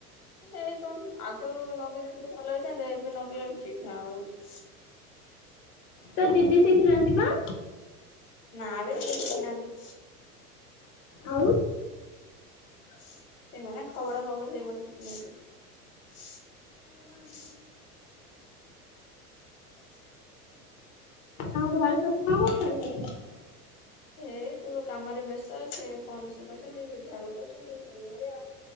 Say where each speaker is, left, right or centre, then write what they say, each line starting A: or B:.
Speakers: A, on the left; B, on the left.
A: ଏଇ ପା ଆଗରୁ ନଗେଇ ଦେଇ ଥିଲେ ଭଲ ହେଇଥାନ୍ତା ଏବେ ନଗେଇ ଲାଠୁ ଚିଢା ହଉଛି
B: ତ ଦିଦି ଶିଖିନାନ୍ତି ପା
A: ନାବେ ସେ ଶିଖି ନାହାନ୍ତି
B: ଆଉ
A: ସେଇମାନେ ଖବଡା ଖବଡ଼ି ସେଇଭଳି ଶିଖିଛନ୍ତି <inaudible>
B: ଆଉ ଘରେ ସବୁ କଣ କରୁଛନ୍ତି?
A: ହେଇ ତୁ କାମରେ ବ୍ୟସ୍ତଅଛେ ସେ କଣ ରୋଷେଇ କରୁଛନ୍ତି ସେ ଝାଡୁ କରୁଛନ୍ତି ସେଇଭଳିଆ ଆଉ